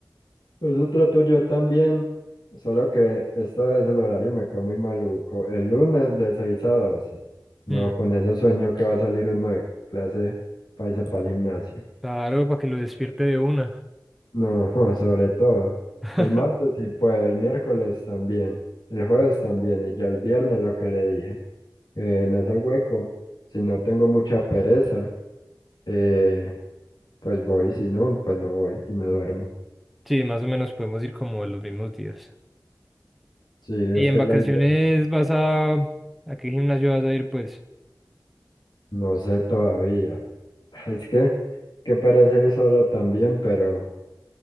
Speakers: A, on the left; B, in the centre.
A: Nosotros tú, yo también, solo que esta vez el horario me quedó muy maluco. El lunes de 6 a doce No,
B: Mm,
A: con ese sueño que va a salir uno de clase para irse para el gimnasio.
B: claro, para que lo despierte de una.
A: No, <laughs> sobre todo.
B: <laughs>
A: El martes sí puedo, el miércoles también, el jueves también, y ya el viernes lo que le dije. eh, en ese hueco, si no tengo mucha pereza, eh, pues voy, si no, pues no voy y me duermo.
B: Sí, más o menos podemos ir como los mismos días.
A: Sí, es
B: Y en
A: que
B: vacaciones
A: es la idea.
B: vas a... ¿A qué gimnasio vas a ir, pues?
A: No sé todavía. <laughs> Es que, que parece ir solo también, pero